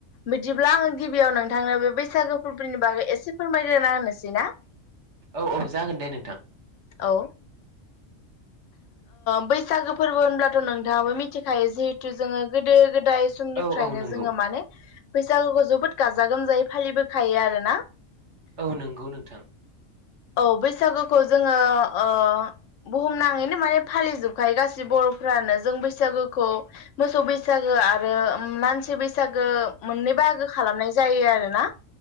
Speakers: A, on the left (about 75°); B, on the right (about 65°).
A: बिदिब्ला आङो गिबियाव नोंथांनो बे बैसागो फोरबोनि बागै एसे फोरमायल्रना होनोसै ना।
B: औ औ जागोन दे नोंथां‌
A: औ बैसागो फोरबो होनब्लाथ' नोंथाङाबो मिथिखायो जिहेथु जोङो गोदो गोदाय समनिफ्रायनो
B: औ औ नंगौ
A: जोङो माने बैसागुखौ जोबोद गाजा गोमजायै फालिबोखायो आरो ना!
B: औ नंगौ नोंथां।
A: औ बैसागुखौ जोङो ओ बुहुमना आरैनो माने फालिजोबखायो गासै बर'फ्रानो जों बैसागोखौ मोसौ बैसागो आरो। उम मानसि बैसागो मोननै बाहागो खालामनाय जायो आरो ना।